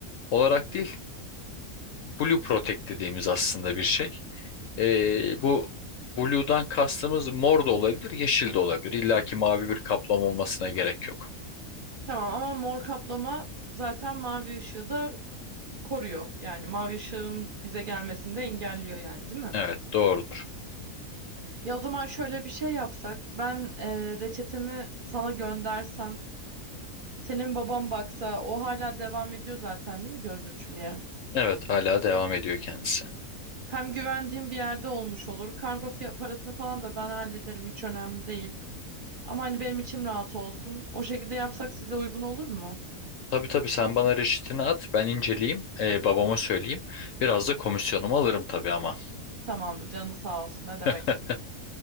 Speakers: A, on the left; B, on the right.
A: olarak değil, Blue Protect dediğimiz aslında bir şey. E, bu Blue'dan kastımız mor da olabilir, yeşil de olabilir. İlla ki mavi bir kaplama olmasına gerek yok.
B: Tamam ama mor kaplama zaten mavi ışığı da koruyor. Yani mavi ışığın bize gelmesini de engelliyor yani değil mi?
A: Evet, doğru.
B: Ya o zaman şöyle bir şey yapsak. Ben e, reçetemi sana göndersem. Senin babam baksa o hala devam ediyor zaten değil mi gözlükçülüğe?
A: Evet hala devam ediyor kendisi.
B: Hem güvendiğim bir yerde olmuş olur. Kargo fiya- parasını falan da ben hallederim hiç önemli değil. Ama hani benim içim rahat olsun. O şekilde yapsak size uygun olur mu?
A: Tabii tabii sen bana reçetini at ben inceleyeyim e, babama söyleyeyim. Biraz da komisyonumu alırım tabii ama.
B: Tamamdır canı sağ olsun ne demek.
A: <laughs>